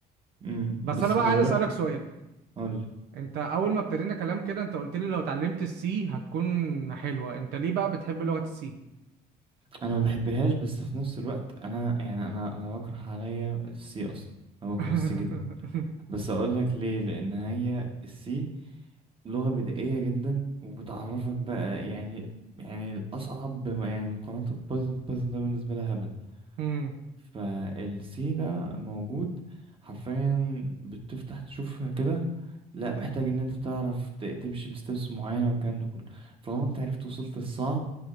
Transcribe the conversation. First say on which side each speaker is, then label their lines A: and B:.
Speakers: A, on the right; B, on the right.
A: امم
B: بس
A: بس
B: انا بقى
A: خلي
B: عايز اسالك
A: بالك
B: سؤال
A: اقول
B: انت اول ما ابتدينا كلام كده انت قلت لي لو اتعلمت السي هتكون حلوة انت ليه بقى بتحب لغة السي
A: انا ما بحبهاش بس في نفس الوقت انا يعني انا انا بكره عليا السي اصلا انا بكره
B: <laughs>
A: السي جدا بس اقول لك ليه لان هي السي لغة بدائية جدا وبتعرفك بقى يعني يعني الأصعب بما يعني مقارنة ببايثون بايثون ده بالنسبة لها هبل
B: مم،
A: فالسي ده موجود حرفيا بتفتح تشوفها كده لا محتاج ان انت تعرف ت- تمشي بستبس معينة والكلام ده كله طالما انت عرفت وصلت الصعب